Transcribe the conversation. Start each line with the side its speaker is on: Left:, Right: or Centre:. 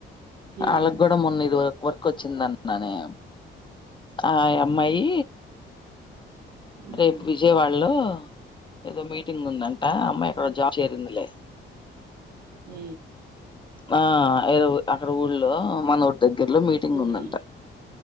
Right: ఉమ్,
Left: వాళ్ళకు కూడా మొన్న ఇదు వరకు వచ్చిందన్నానే ఆ యమ్మాయి
Right: ఉమ్,
Left: రేపు విజయవాడలో ఏదో మీటింగ్ ఉందంట అమ్మాయి ఇక్కడ జాబ్ చేరిందిలే
Right: అ
Left: ఆ అ అక్కడ ఊళ్ లో మన రి దగ్గర్లో మీటింగ్
Right: ఉమ్,
Left: ఉందంట